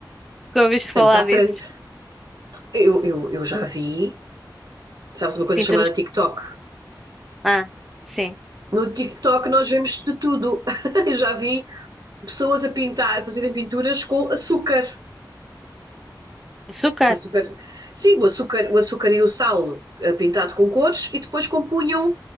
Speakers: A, in the centre; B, on the right.
A: Que ouviste
B: Isso é
A: falar
B: muito à frente.
A: disso?
B: Eu, eu, eu já vi, sabes, uma coisa
A: Pinturas.
B: chamada
A: com-
B: TikTok.
A: Ah, sim.
B: No TikTok nós vemos de tudo. <laughs> Eu já vi pessoas a pintar, a fazerem pinturas com açúcar.
A: Açúcar.
B: Açúcar, sim, o açúcar, o açúcar e o sal eh, pintado com cores e depois compunham